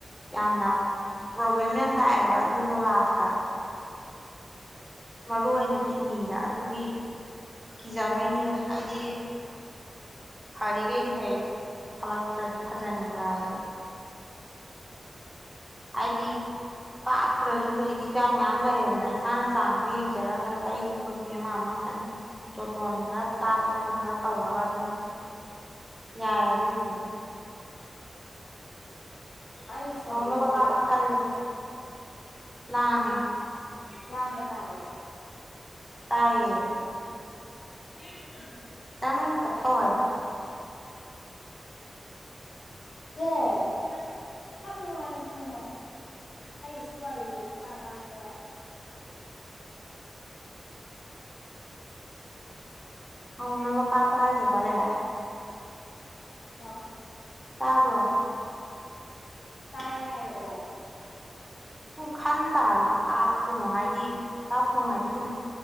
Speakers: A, in the centre; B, on the left.
A: ꯌꯥꯝꯅ ꯄ꯭ꯔꯣꯕ꯭ꯂꯦꯝ ꯌꯥꯝ ꯂꯥꯛꯑꯦꯕ ꯑꯗꯨꯗꯣ ꯂꯥꯁꯇ ꯃꯔꯨ ꯑꯣꯏꯅ ꯀꯤꯠꯅꯤꯗ ꯑꯗꯨꯒꯤ ꯀꯤꯖꯕꯩꯅꯤꯗ ꯍꯥꯏꯗꯤ ꯐꯔꯤꯈꯩꯗꯤ ꯑꯩ ꯐꯥꯂꯛꯛꯇꯇ꯭ꯔꯥꯗꯤ ꯐꯖꯅꯤ ꯔꯥꯕꯤ ꯍꯥꯏꯗꯤ ꯀꯥꯞꯇ꯭ꯔꯁꯨ ꯍꯧꯖꯤꯛꯇꯤ ꯍꯤꯗꯥꯛ ꯃꯌꯥꯝ ꯂꯩꯌꯦꯗꯅ ꯏꯁꯥꯅ ꯇꯥꯡꯕꯤ ꯌꯦꯖꯔ ꯐ ꯇ ꯄ ꯑꯝꯃ ꯑꯃ ꯈꯤꯇꯪ ꯌꯖꯣꯇꯣꯟ ꯈꯔ ꯆꯥꯕ ꯊꯛꯄꯗ ꯈꯔ ꯇꯧꯔꯒ ꯑꯗꯨꯝ ꯌꯥꯔꯦ ꯑꯗꯨꯒꯤꯗꯤ
B: ꯑꯩ ꯁꯣꯝꯗꯁꯦ
A: ꯉꯧꯅꯕ ꯀꯥꯞꯄ
B: ꯂꯥꯡꯕ꯭ꯔꯥ
A: ꯈꯜꯂꯦ ꯂꯥꯡꯉꯦ
B: ꯂꯥꯡꯕ ꯇꯥꯕ꯭ꯔꯒ
A: ꯇꯥꯏꯌꯦ
B: ꯏ
A: ꯈꯤ ꯇꯪ ꯊꯋꯣ
B: ꯑꯦꯦ ꯌꯥꯝꯞ ꯅꯨꯡ ꯋꯥꯔꯤꯁꯥꯠꯂꯣꯅꯦ ꯑꯩ ꯁꯤ ꯋꯥꯔꯤꯁꯦ ꯇꯥꯟ ꯂꯥꯡꯕ ꯌꯥꯗꯦ
A: ꯑꯗꯣꯅꯅꯕ ꯀꯥ ꯄꯥꯏꯖꯕ ꯂꯦ
B: ꯍꯥ
A: ꯀꯥꯒꯣ
B: ꯇꯥꯏ ꯍꯥꯏꯔꯛꯑꯣ
A: ꯁꯨꯝ ꯈꯟ ꯇꯥꯔꯕ ꯀꯥꯞꯄꯅꯣ ꯍꯥꯏꯗꯤ ꯀꯥꯞꯄꯅꯣ ꯍꯥꯏꯗꯤ ꯁꯨꯝ